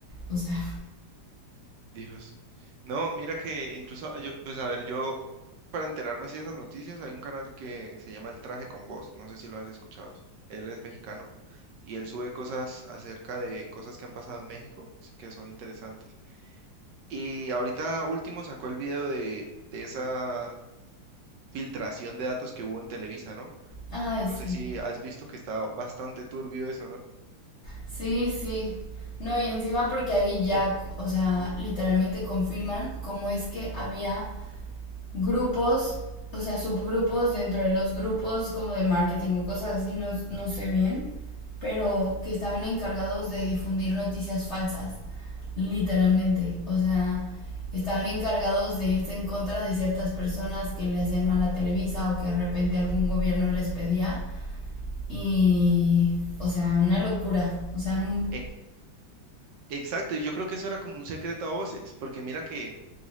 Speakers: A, on the left; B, on the right.
A: O sea,
B: Dios. No, mira que incluso yo, pues a ver, yo para enterarme si esas noticias hay un canal que se llama El Traje con Voz, no sé si lo has escuchado. Él es mexicano y él sube cosas acerca de cosas que han pasado en México que son interesantes. Y ahorita último sacó el video de, de esa filtración de datos que hubo en Televisa, ¿no?
A: <laughs> ay,
B: No
A: sí.
B: sé si has visto que está bastante turbio eso, ¿no?
A: Sí, sí. No, y encima porque ahí ya, o sea, literalmente confirman cómo es que había grupos, o sea, subgrupos dentro de los grupos como de marketing o cosas así, no, no sé bien, pero que estaban encargados de difundir noticias falsas, literalmente. O sea, estaban encargados de irse en contra de ciertas personas que le hacían mal a Televisa o que de repente algún gobierno les pedía. Y, o sea, una locura. O sea, un-
B: Eh, exacto, y yo creo que eso era como un secreto a voces, porque mira que